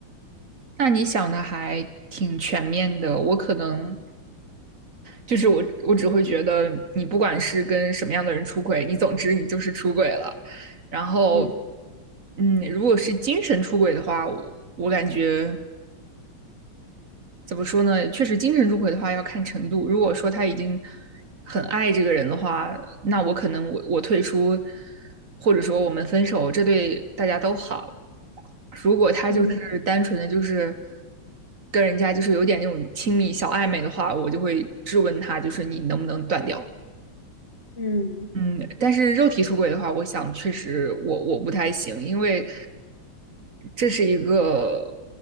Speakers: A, on the right (about 45°); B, on the left (about 35°).
A: 那你想的还挺全面的。我可能就是我，我只会觉得你不管是跟什么样的人出轨，你总之你就是出轨了。然后，
B: 嗯
A: 嗯，如果是精神出轨的话，我我感觉怎么说呢？确实，精神出轨的话要看程度。如果说他已经很爱这个人的话，那我可能我我退出，或者说我们分手，这对大家都好。如果他就是单纯的就是
B: 嗯
A: 跟人家就是有点那种亲密小暧昧的话，我就会质问他，就是你能不能断掉？
B: 嗯
A: 嗯，但是肉体出轨的话，我想确实我我不太行，因为这是一个